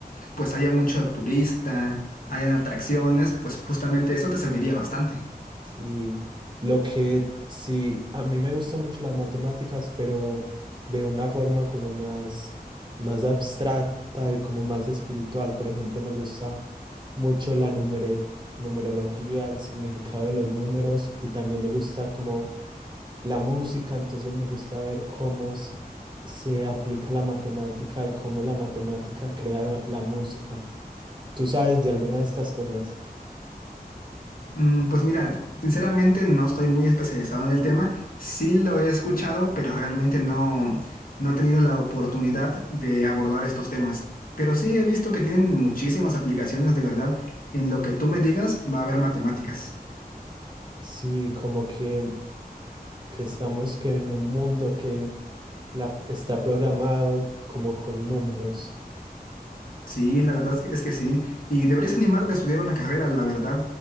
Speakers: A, on the left; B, on the right.
A: pues haya mucho turista, hayan atracciones, pues justamente eso te serviría bastante.
B: Sí, lo que sí, a mí me gustan mucho las matemáticas, pero de una forma como más, más abstracta y como más espiritual. Por ejemplo, me gusta mucho la numere- numerología, el significado de los números y también me gusta como la música, entonces me gusta ver cómo se, se aplica la matemática y cómo la matemática crea la la música. ¿Tú sabes de alguna de estas cosas?
A: Mm, Pues mira, sinceramente no estoy muy especializado en el tema. Sí lo he escuchado, pero realmente no, no he tenido la oportunidad de abordar estos temas. Pero sí he visto que tienen muchísimas aplicaciones de verdad. En lo que tú me digas va a haber matemáticas.
B: Sí, como que que estamos que en un mundo que la, está programado como con números.
A: Sí, la verdad es que es que sí. Y deberías animarte a estudiar una carrera, la verdad.